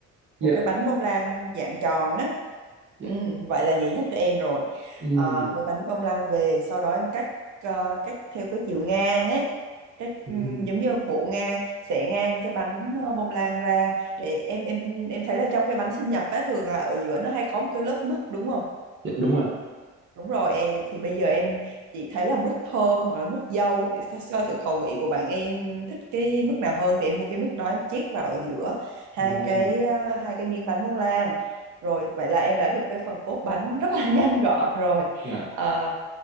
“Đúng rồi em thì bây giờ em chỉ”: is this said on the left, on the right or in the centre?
Right